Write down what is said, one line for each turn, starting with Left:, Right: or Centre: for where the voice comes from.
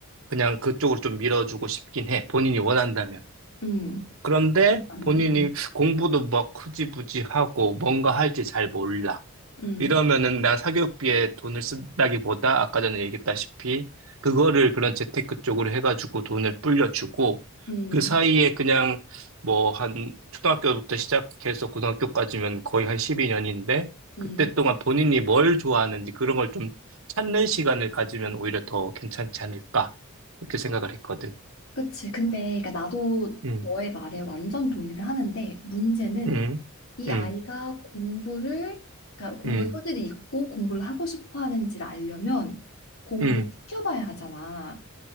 Right: 그냥 그쪽으로 좀 밀어주고 싶긴 해. 본인이 원한다면.
Left: 음.
Right: 그런데
Left: 잠깐
Right: 본인이
Left: 음,
Right: 공부도 막 흐지부지 하고 뭔가 할지 잘 몰라.
Left: 음.
Right: 이러면은 난 사교육비에 돈을 쓴다기보다 아까 전에 얘기했다시피 그거를 그런 재테크 쪽으로 해가지고 돈을 불려주고
Left: 음,
Right: 그 사이에 그냥 뭐 한 초등학교부터 시작해서 고등학교까지면 거의 한 12년인데 그때
Left: 음,
Right: 동안 본인이 뭘 좋아하는지 그런 걸 좀 찾는 시간을 가지면 오히려 더 괜찮지 않을까 그렇게 생각을 했거든.
Left: 그치. 근데, 그러니까 나도
Right: 응,
Left: 너의 말에 완전 동의를 하는데, 문제는
Right: 응,
Left: 이
Right: 응,
Left: 아이가 공부를, 그러니까 공부
Right: 응,
Left: 소질이 있고 공부를 하고 싶어 하는지를 알려면 공부를
Right: 응.
Left: 시켜봐야 하잖아.